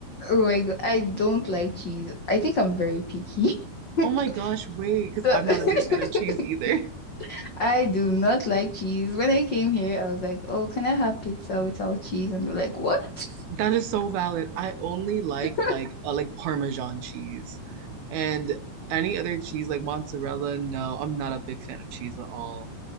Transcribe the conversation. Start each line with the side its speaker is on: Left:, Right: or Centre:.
Left: Oh my God, I don't like cheese. I think I'm very picky. <laughs>
Right: oh my gosh wait because
Left: So
Right: I'm
Left: <laughs>
Right: not a big fan of cheese either <laughs>
Left: I do not like cheese. When I came here, I was like, "Oh, can I have pizza without cheese?" And they're like, "What?"
Right: that is so valid I only like
Left: <laughs>
Right: like uh, like Parmesan cheese and any other cheese like mozzarella no I'm not a big fan of cheese at all